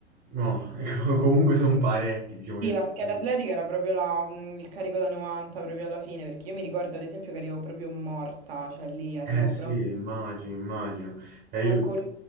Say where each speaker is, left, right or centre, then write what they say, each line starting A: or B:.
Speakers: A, on the right (about 25°); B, on the right (about 60°).
A: No, <laughs> ecco, comunque sono parecchi, diciamo
B: Sì,
A: che sono
B: la scheda
A: parecchi.
B: atletica era proprio la- mm, il carico da 90 proprio alla fine, perché io mi ricordo ad esempio che arrivavo proprio morta, cioè lì arrivavo
A: Eh sì,
B: proprio...
A: immagino, immagino. E io
B: con,